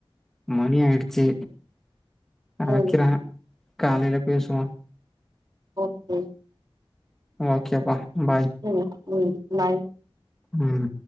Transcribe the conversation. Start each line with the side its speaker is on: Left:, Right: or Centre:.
Centre: மணி ஆயிடுச்சு நா வைக்கிற
Right: ம்
Centre: காலையில பேசுவோ
Right: ஓகே
Centre: ஓகேப்பா பாய்
Right: ம் ம் பாய்
Centre: ம்